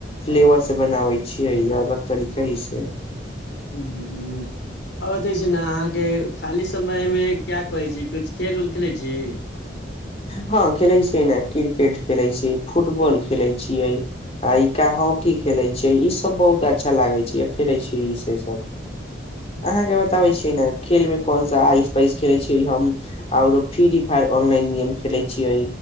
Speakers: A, on the left; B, on the left.
A: फ्लेवर से बनाबै छियै, अलग तरीके से।
B: ह ह- हुं आ- जेना अहाँके खाली समय में। क्या कहै छी, कुछ खेल- उल। खेलै छी।
A: हँ खेलैत छै ने, क्रिकेट खेलैत छै, फुटबॉल खेलै छियै आ हॉकी खेलैत छियै, ईसभ बहुत अच्छा लागैत छै खेलैत छै इ से सभ। अहाँ के बताबे छीयै ने खेल मे कोन सा आइस-पाइस खेले छै। की हम आरो फ्री फायर ऑनलाइन यन। खेलै छियै,